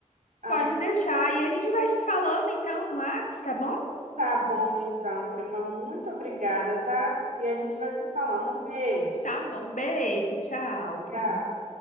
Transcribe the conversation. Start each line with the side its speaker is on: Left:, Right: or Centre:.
Right: Ai,
Left: Pode deixar. E a gente vai se falando então no Whats, tá bom?
Right: tá bom então, prima. Muito obrigada, tá? E a gente vai se falando. Um beijo.
Left: Tá bom. Beijo. Tchau, prima.
Right: Tchau.